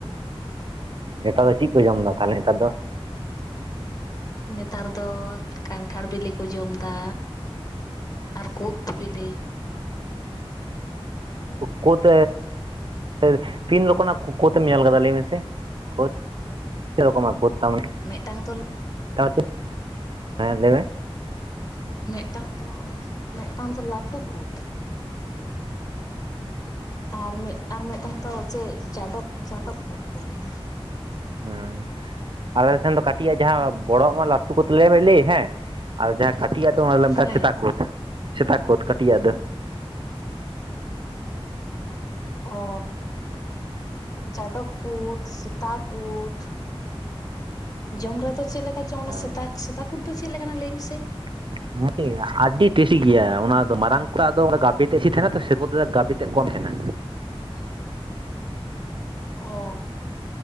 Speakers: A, on the right (about 55°); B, on the left (about 35°).
A: ᱱᱮᱛᱟᱨ ᱫᱚ ᱪᱮᱫ ᱠᱚ ᱡᱚᱢ ᱮᱫᱟ ᱛᱟᱦᱞᱮ ᱱᱮᱛᱟᱨ ᱫᱚ?
B: ᱱᱮᱛᱟᱨ ᱫᱚ ᱠᱟᱱᱴᱷᱟᱲ ᱵᱤᱞᱤ ᱠᱚ ᱡᱚᱢ ᱫᱟ᱾ ᱟᱨ ᱠᱩᱸᱛᱷ ᱵᱤᱞᱤ᱾
A: ᱠᱩᱸᱛᱷ ᱦᱳᱭ ᱛᱤᱱ ᱨᱚᱠᱚᱢᱱᱟᱜ ᱠᱳᱫᱢ ᱧᱮᱞ ᱟᱠᱟᱫᱟ ᱞᱟᱹᱭ ᱢᱮᱥᱮ? ᱠᱳᱫ, ᱯᱮ ᱨᱚᱠᱚᱢᱟ <unintelligible> ᱛᱟᱨᱢᱟᱱᱮ
B: ᱢᱤᱫᱴᱟᱝ ᱫᱚ
A: <unintelligible> ᱦᱮᱸ ᱞᱟᱹᱭ ᱢᱮ
B: ᱢᱤᱫᱴᱟᱝ ᱫᱚ ᱢᱤᱫᱴᱟᱝ ᱫᱚ ᱞᱟᱹᱴᱩ ᱠᱩᱫ᱾ ᱟᱨ ᱢᱮᱫ ᱟᱨ ᱢᱮᱴᱟᱝ ᱫᱚ ᱪᱮᱫ ᱡᱟᱰᱚᱵ ᱡᱟᱰᱚᱵ ᱠᱩᱫ ᱠᱚ ᱞᱟᱹᱭᱟ᱾
A: ᱦᱩᱸ ᱟᱞᱮ ᱥᱮᱱ ᱫᱚ ᱠᱟᱹᱴᱤᱡ ᱟᱜ ᱡᱟᱦᱟᱸ ᱵᱚᱲᱚᱜ ᱢᱟ ᱞᱟᱹᱴᱩ ᱠᱚ ᱛ ᱞᱟᱹᱭᱢ ᱞᱟᱹᱭ ᱦᱮᱸ ᱟᱨ ᱡᱟᱦᱟᱸ ᱠᱟᱹᱴᱤᱡ ᱟ ᱫᱚ ᱚᱱᱟ ᱞᱚᱢᱢᱟ
B: ᱦᱮᱸ
A: ᱥᱮᱛᱟ ᱠᱳᱫ, ᱥᱮᱛᱟ ᱠᱳᱫ ᱠᱟᱹᱴᱤᱡ ᱟᱜ ᱫᱚ
B: ᱚ ᱡᱟᱰᱚᱵ ᱠᱩᱫ ᱥᱮᱛᱟ ᱠᱩᱫ ᱡᱚᱢ ᱨᱮᱫᱚ ᱪᱮᱫ ᱞᱮᱠᱟ ᱪᱚᱝ? ᱚᱱᱟ
A: ᱦᱮᱸ
B: ᱥᱮᱛᱟ ᱥᱮᱛᱟ ᱠᱩᱫ ᱫᱚ ᱪᱮᱫ ᱞᱮᱠᱟᱱᱟ ᱞᱟᱹᱭ ᱢᱮᱥᱮ?
A: <unintelligible> ᱟᱹᱰᱤ ᱴᱮᱥᱤ ᱜᱮᱭᱟ ᱚᱱᱟ ᱢᱟᱨᱟᱝ ᱴᱟᱝ ᱠᱚᱫᱚ ᱜᱟᱵᱮ <unintelligible> ᱛᱟᱦᱮᱱᱟ ᱛᱚ ᱥᱮᱠᱩ ᱜᱟᱵᱮ <unintelligible> ᱠᱚᱢ ᱛᱟᱦᱮᱱᱟ
B: <inaudible> ᱚ